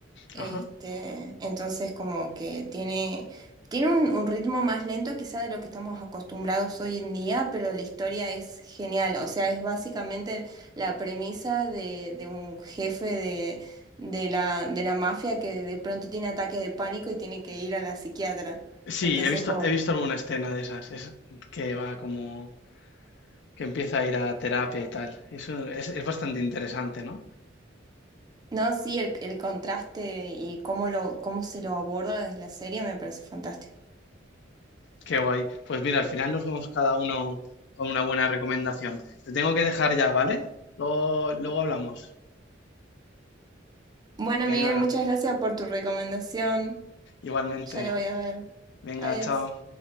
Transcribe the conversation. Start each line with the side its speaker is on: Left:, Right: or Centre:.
Right: Este,
Left: Ajá.
Right: entonces como que tiene, tiene un, un ritmo más lento quizá de lo que estamos acostumbrados hoy en día, pero la historia es genial. O sea, es básicamente la premisa de, de un jefe de, de la, de la mafia que de pronto tiene ataque de pánico y tiene que ir a la psiquiatra.
Left: Sí,
Right: Entonces,
Left: he visto,
Right: como...
Left: he visto alguna escena de esas. Es que va como que empieza a ir a terapia y tal. Eso es, es bastante interesante, ¿no?
Right: No, sí, el, el contraste y cómo lo, cómo se lo aborda desde la serie me parece fantástico.
Left: Qué guay. Pues mira, al final nos vamos cada uno con una buena recomendación. Te tengo que dejar ya, ¿vale? Luego, luego hablamos.
Right: Bueno,
Left: Venga,
Right: Miguel, muchas gracias por tu recomendación.
Left: igualmente.
Right: Ya la voy a ver.
Left: Venga,
Right: Adiós.
Left: chao.